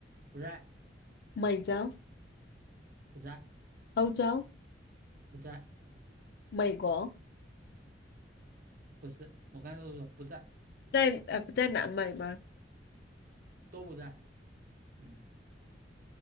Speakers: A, on the right; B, on the left.
A: 不在，
B: 美洲、
A: 不在，
B: 欧洲、
A: 不在，
B: 美国，
A: 不是，我刚才都说不在，
B: 在呃不在南美吗？
A: 都不在，嗯，